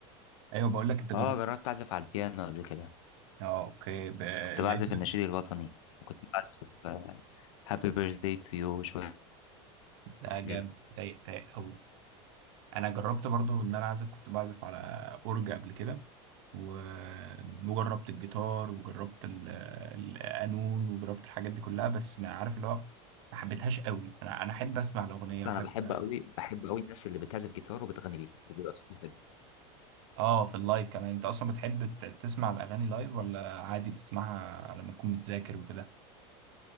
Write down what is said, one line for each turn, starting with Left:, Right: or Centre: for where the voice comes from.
Right: ايوه بقول لك انت جربت
Left: أه جربت أعزف على البيانو قبل كده
Right: اه اوكي ب...
Left: كنت
Right: لقيت
Left: بعزف
Right: لك
Left: النشيد الوطني وكنت بعزف هابي بيرث داي تو يو وشوية
Right: ده
Left: حاجات
Right: جامد ضايق ضايق قوي انا جربت برضو ان انا اعزف كنت بعزف على اورج قبل كده و... وجربت الجيتار وجربت ال... القانون وجربت الحاجات دي كلها بس ما عارف اللي هو ما حبيتهاش قوي انا انا احب اسمع الاغنيه
Left: أصلاً
Right: واحب
Left: انا بحب قوي بحب قوي الناس اللي بتعزف جيتار وبتغني بيه وبيبقى صوتها حلو
Right: اه في اللايف كمان انت اصلا بتحب ت- تسمع الاغاني لايف ولا عادي بتسمعها لما تكون بتذاكر وكده